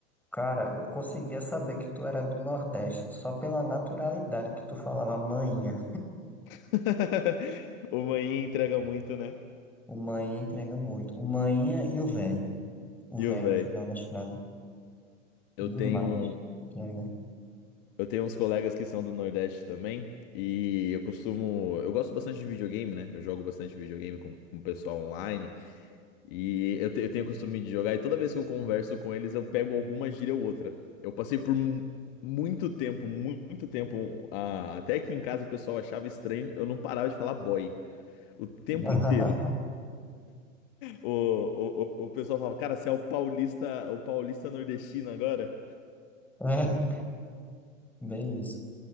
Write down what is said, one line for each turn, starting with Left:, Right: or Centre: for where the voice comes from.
Centre: cara, eu conseguia saber que tu era do Nordeste só pela naturalidade que tu falava manhinha.
Left: <laughs> O manhinha entrega muito, né?
Centre: O manhinha entrega muito. O manhinha e o velho. O
Left: E
Centre: velho
Left: o véi?
Centre: no final das frases.
Left: Eu
Centre: Demais.
Left: tenho,
Centre: Entrega.
Left: eu tenho uns colegas que são do Nordeste também, e eu costumo, eu gosto bastante de videogame, né? Eu jogo bastante videogame com, com o pessoal online, e eu, te- eu tenho o costume de jogar, e toda vez que eu converso com eles, eu pego alguma gíria ou outra. Eu passei por mu- muito tempo, mu- muito tempo, a- até que em casa o pessoal achava estranho, eu não parava de falar boy. O tempo
Centre: <laughs>
Left: inteiro. O, o, o, o pessoal falava, cara, você é o paulista, o paulista nordestino agora?
Centre: É, bem isso,